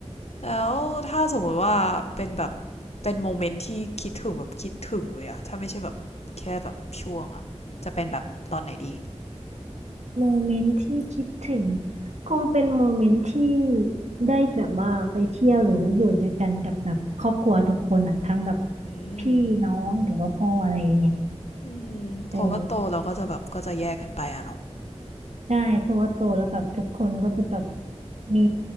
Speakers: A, on the left (about 70°); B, on the right (about 80°).
A: แล้วถ้าสมมติว่าเป็นแบบเป็นโมเมนต์ที่คิดถึงแบบคิดถึงเลยอะถ้าไม่ใช่แบบแค่แบบช่วงอะจะเป็นแบบตอนไหนดี
B: โมเมนต์ที่คิดถึงคงเป็นโมเมนต์ที่ได้แบบว่าไปเที่ยวหรือว่าอยู่ด้วยกันกับแบบครอบครัวทุกคนอ่ะทั้งแบบ
A: อืม
B: พี่น้องหรือว่าพ่ออะไรอย่างเงี้ย
A: อืมเพราะว่าโตเราก็จะแบบก็จะแยกกันไปอะเนาะ
B: เออ ใช่เพราะว่าโตแล้วแบบทุกคนก็จะแบบมี